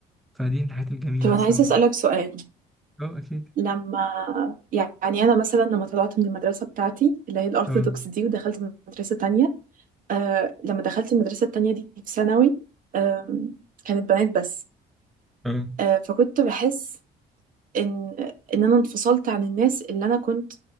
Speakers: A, in the centre; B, on the right.
A: فدي الحاجات الجميلة
B: طب
A: بصراحة
B: انا عايزة اسألك سؤال
A: أه أكيد
B: لما يعني انا مثلا لما طلعت من المدرسه بتاعتي اللي هي الارثوذكس
A: أه
B: دي ودخلت مدرسه تانية آه لما دخلت المدرسه التانية دي في ثانوي آم، كانت بنات بس
A: أه
B: آه فكنت بحس ان ان انا انفصلت عن الناس اللي انا كنت